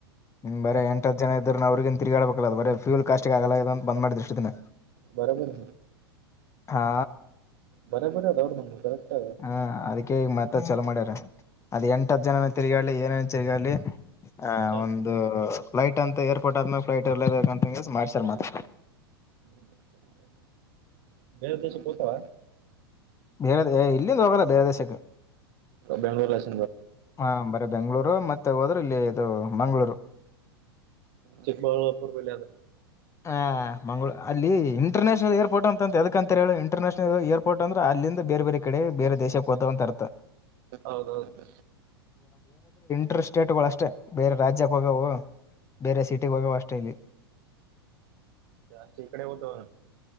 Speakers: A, on the left; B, on the right.
A: ಹ್ಮ ಬರ ಎಂಟತ್ ಜನ ಇದ್ದರು ಅವ್ರಗನ್ ತಿರ್ಗಾಡಬೇಕ, ಅಲ್ ಬರೇ ಫ್ಯಲ್ ಕಾಸ್ಟ್ಗಿ ಆಗಲ್ಲ ಅಗ್ಯಾದ ಅಂತ ಬಂದ ಮಾಡಿದ್ರ ಇಸ್ಟ್ ದಿನ.
B: ಬರಾಬರಿ.
A: ಹಾ
B: ಬರಾ ಬರಿ ಆದ್ ಅವರದ್ದುನು ಕರೆಕ್ಟ್ ಆದ್.
A: ಹಾ ಅದಕ್ಕೆ ಈಗ ಮತ್ತ ಚಲೋ ಮಾಡ್ಯಾರ. ಅದ ಎಂಟ ಹತ್ತ ಜನ ತಿರಗಾಡ್ಲಿ ಏನೇನ ತಿರ್ಗಡ್ಲಿ. ಹ
B: ಚಾಲ
A: ಒಂದು ಫ್ಲೈಟ್ ಅಂತ ಏರ್ಪೋರ್ಟ್ ಆದ್ಮೇಲೆ ಫ್ಲೈಟ್ ಇರ್ಲೇಬೇಕಂತ ಅಂದ್ಗೆಸಿ ಹಂಗ ಮಾಡ್ಸರ್ ಮತ್ತ.
B: <unintelligible> ದೇಶಕ್ಕ್ ಹೋತವ
A: ಬೇರೆದ ಇಲ್ಲಿಂದ ಹೋಗಲ್ಲ ಬೇರೆ ದೇಶಕ್ಕ.
B: ಬೆಂಗ್ಳೋರ್ಲಾಸ್
A: ಹ ಬರೇ ಬೆಂಗ್ಗಳೂರು ಮತ್ತೆ ಹೋದ್ರ ಇಲ್ಲಿ ಇದು ಮಂಗ್ಗಳೂರು.
B: ಚಿಕ್ಕಬಳ್ಳಾಪುರ ಬಲ್ಲ ಆದ.
A: ಆ ಮಂಗಳೂ ಅಲ್ಲಿ ಇಟರ್ನ್ಯಾಷನಲ್ ಏರ್ಪೋಟ್ ಅಂತ ಅಂದ್ ಎದಕ್ಕ ಅಂತರ ಹೇಳ. ಇಂಟರ್ನ್ಯಾಷನಲ್ಏಪೋರ್ಟ್ ಅಂದ್ರ ಅಲ್ಲಿಂದ, ಬೇರೆ ಬೇರೆ ಕಡೆ ಬೇರೆ ದೇಶಕ್ಕೆ ಹೋತವ ಅಂತ ಅರ್ಥ.
B: ಹೌದೌದು.
A: ಬರೇ ಸ್ಟೇಟ್ಗಳು ಅಷ್ಟೇ ಬೇರೆ ರಾಜ್ಯಕ್ಕೆೋಗವು ಬೇರೆ ಸಿಟಿ ಹೋಗವು ಅಷ್ಟೆ ಇಲ್ಲಿ.
B: ಜಾಸ್ತಿ ಈಕಡೆ ಹೊತ್ವ ಅನ್.